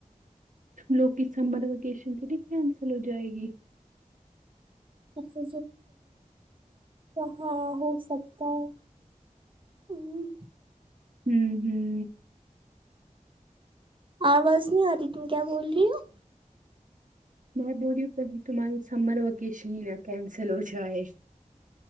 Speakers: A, on the right (about 70°); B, on the right (about 40°).
A: لوگ کی سمر وکیشن کینی کینسل ہو جائے گی
B: اچھا ہاں ہو سکتا ہے ام
A: ہوں ہوں
B: آواز نہیں آ رہی تم کیا بول رہی ہو
A: میں بولریوں کہ تمہاری سمر وکیشن ہی نا کینسل ہو جائے